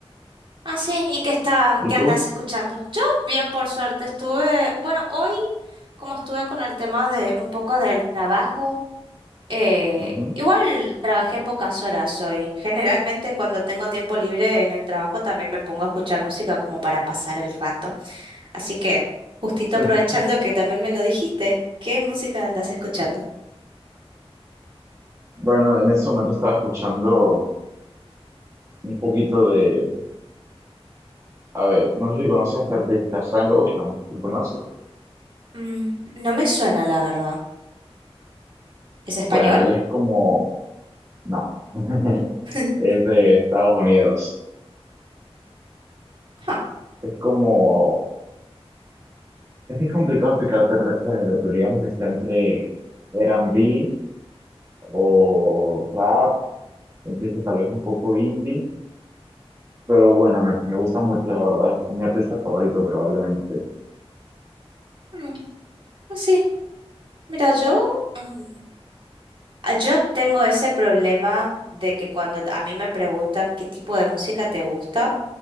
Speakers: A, on the right; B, on the right.
A: Ah, sí, ¿y qué está,
B: ¿Y
A: qué
B: tú?
A: andas escuchando? Yo bien, por suerte, estuve, bueno, hoy como estuve con el tema de un poco del trabajo, eh,
B: Ujú,
A: igual trabajé pocas horas hoy. <laughs> Generalmente cuando tengo tiempo libre en el trabajo también me pongo a escuchar música como para pasar el rato. Así que, justito
B: Sí.
A: aprovechando que también me lo dijiste, ¿qué música andas escuchando?
B: Bueno, en ese momento estaba escuchando un poquito de, a ver, no sé si conoces a este artista, Frank Ocean, ¿lo conoces?
A: Mm, no me suena, la verdad. ¿Es español?
B: Bueno, él es como, no, <laughs>
A: <laughs>
B: es de Estados Unidos.
A: Ah,
B: es como, es que es complicado explicarte re- género, pero digamos que está entre R&B o rap, empieza tal vez un poco indie, pero bueno, me, me gusta mucho, la verdad, es mi artista favorito probablemente.
A: mm, pues sí. Mira, yo, mm, ah, yo tengo ese problema de que cuando a mí me preguntan qué tipo de música te gusta,